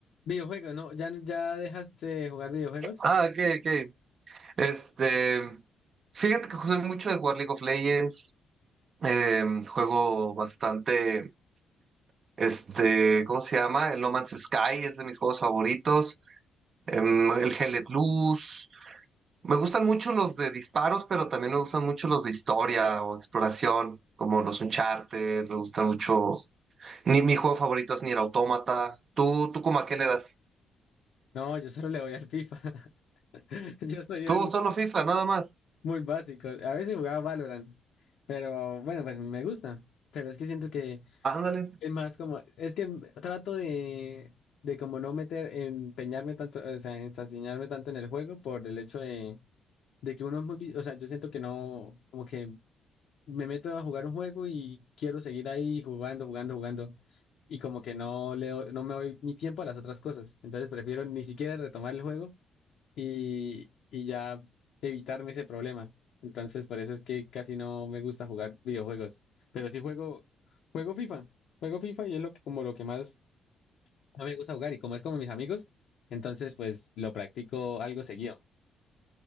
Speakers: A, on the left (about 75°); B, on the right (about 50°).
A: Videojuegos, no, ya, ya dejaste de jugar videojuegos.
B: Ah, ok, ok. Este, fíjate que juego mucho de jugar League of Legends, eh, juego bastante, este, ¿cómo se llama? El No Man's Sky es de mis juegos favoritos. em, el Hellet Luz. Me gustan mucho los de disparos, pero también me gustan mucho los de historia o exploración, como los Uncharted, me gustan mucho. Ni mi juego favorito es Nier Automata. ¿Tú, tú como a qué le das?
A: No, yo solo le voy al FIFA. <laughs> Yo soy
B: Tú
A: un
B: solo FIFA, nada más.
A: muy básico. A veces jugaba Valorant, pero bueno, pues me gusta. Pero es que siento que
B: Ándale.
A: es más como, es que trato de, de como no meter, empeñarme tanto, o sea, ensañarme tanto en el juego por el hecho de, de que uno es muy, vi- o sea, yo siento que no, como que me meto a jugar un juego y quiero seguir ahí jugando, jugando, jugando. Y como que no le doy- no me doy mi tiempo a las otras cosas. Entonces prefiero ni siquiera retomar el juego y, y ya evitarme ese problema. Entonces por eso es que casi no me gusta jugar videojuegos. Pero sí juego, juego FIFA. Juego FIFA y es lo que, como lo que más no me gusta jugar. Y como es como mis amigos, entonces pues lo practico algo seguido.